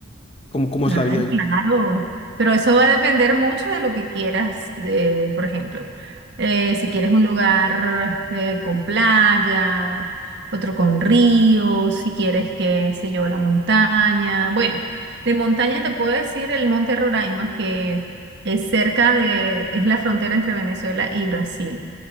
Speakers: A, on the left; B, on the right.
A: cómo, cómo
B: ay,
A: es la vida allí?
B: claro, pero eso va a depender mucho de lo que quieras, eh, por ejemplo, eh, si quieres un lugar eh, con playa, otro con río, si quieres, qué sé yo, la montaña. Bueno, de montaña te puedo decir el Monte Roraima, que es cerca de, es la frontera entre Venezuela y Brasil.